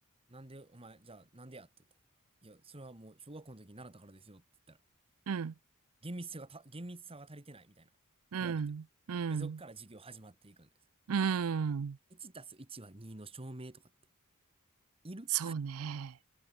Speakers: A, on the right; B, on the right.
A: なんで、お前、じゃあ、なんでやって言ったら。いや、それはもう小学校の時に習ったからですよって言ったら、
B: うん、
A: 厳密さがた、厳密さが足りてないみたいな。
B: うん、
A: 言われて。
B: うん、
A: で、そっから授業始まっていくんです。
B: うん。
A: 1たす1は2の証明とかって、いる
B: そうね。